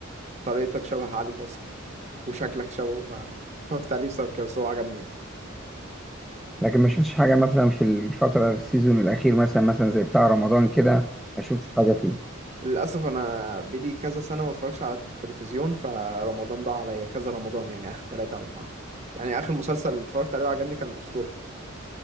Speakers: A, on the right (about 35°); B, in the centre.
A: طريقتك شبه علي قاسم وشكلك شبهه فاتفرجت عليه بسبب كده بس هو عجبني يعني
B: لكن ما شفتش حاجة مثلا في الفترة السيزون الأخير مثلا مثلا زي بتاع رمضان كده ما شفتش حاجة فيه
A: للأسف أنا بقالي كذا سنة ما اتفرجش على التلفزيون فرمضان ضاع عليا كذا رمضان يعني آخر تلاتة أربعة يعني آخر مسلسل اتفرجت عليه وعجبني كان الأسطورة